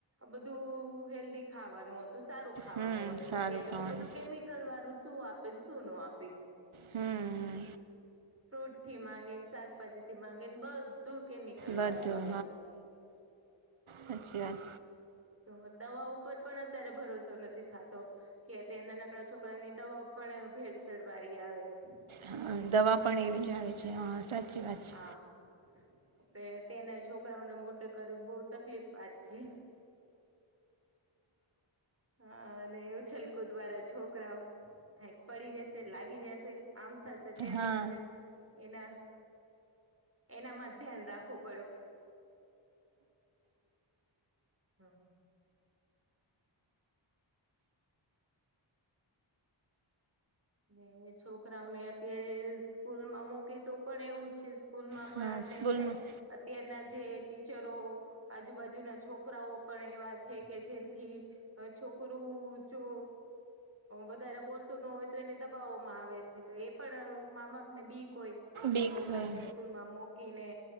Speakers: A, on the right; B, on the right.
A: બધું હેલ્ધી ખાવાનું હતું સારું ખાવાનું
B: હમ
A: હતું
B: સારું
A: અત્યારે
B: ખાવાનું
A: તો બધું કેમિકલ તલ વારું શું આપે શું ન આપી
B: હમ
A: ફ્રૂટ થી માંગીને શાકભાજી થી માંગીને બધું બધું કેમિકલવાળું
B: બધું
A: આવે છ.
B: હાચી વાત.
A: તો દવા ઉપર પણ અત્યારે ભરોસો નથી થાતો. કે અત્યારે નનકડા છોકરા ની દવાઓ પણ ભેળસેળ વાળી આવે છે.
B: હા, દવા પણ એવી જ આવે છે. હા સાચી વાત છે.
A: હા અત્યારના છોકરાઓને મોટે કરવું બહુ તકલીફ વાત છે હા અને એવું છલકુ દ્વારા છોકરાઓ થાય કે પડી જશે લાગી જશે આમ થશે તેમ
B: હા
A: થશે એના એનામાં જ ધ્યાન રાખવું પડે હા ને છોકરાઓને અત્યારે સ્કૂલ માં મૂકે તો પણ એવું છે સ્કૂલ માં પણ
B: હા
A: આપણ આપણે
B: સ્કૂલમાં
A: એમ થાય અત્યારના જે ટીચરો, આજુ-બાજુના છોકરાઓ પણ એવા જ છે કે જેનથી છોકરું જો વધારે બોલતું અહ ન હોય તો એને દબાવવામાં આવે છે તો એ પણ મા બાપ ને બીક હોય કે
B: બીક
A: છોકરાઓને
B: હોય
A: સ્કૂલ માં મોકીને